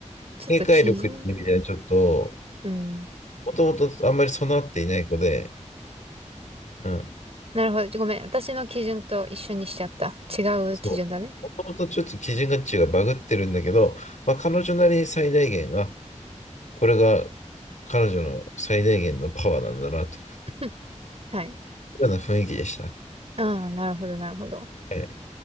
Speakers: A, on the right; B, on the left.
A: ちょっと基準。
B: 警戒力っていう意味ではちょっと、
A: うん。
B: もともとあんまり備わっていない子で、うん、
A: なるほど。ごめん。私の基準と一緒にしちゃった。違う基準だね。
B: そう。もともとちょっと基準価値がバグってるんだけど、まあ、彼女なりに最大限が、これが彼女の最大限のパワーなんだなとい
A: <laughs> はい。
B: うような雰囲気でした。
A: ああ、なるほど、なるほど。
B: はい